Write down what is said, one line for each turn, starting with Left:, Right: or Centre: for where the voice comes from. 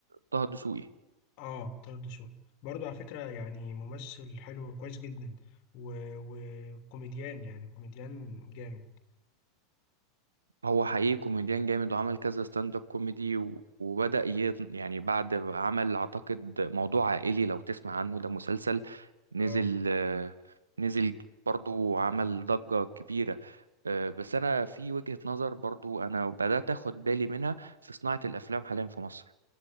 Right: طه الدسوقي
Left: اه طه الدسوقي برضه على فكرة يعني ممثل حلو كويس جدا و- وكوميديان يعني كوميديان جامد
Right: هو حقيقي كوميديان جامد وعمل كذا ستاند اب كوميدي و- وبدأ ي... يعني بعد عمل أعتقد موضوع عائلي لو تسمع عنه ده مسلسل نزل
Left: اه
Right: آه، نزل برضو عمل ضجة كبيرة آه، بس أنا في وجهة نظر برضو أنا بدأت أخد بالي منها في صناعة الأفلام حاليا في مصر